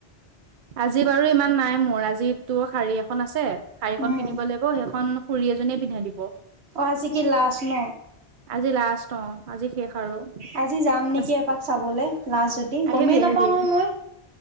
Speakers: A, on the right; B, on the right.
A: আজি বাৰু ইমান নাই মোৰ মৰাজিত তো শাড়ী এখন আ শাৰী এখন
B: উম
A: পিন্ধিব লাগিব সেইখন খুৰী এজনীয়ে পিন্ধাই দিব
B: অজি কি লাছ ন
A: আজি লাষ্ট অ আজি শেষ আৰু
B: আজি যাম নেকি
A: আজি
B: এপাক চাবলৈ লাছ নিকি
A: আহিবি
B: গমেই নাপাওঁ
A: আহিবি
B: ন মই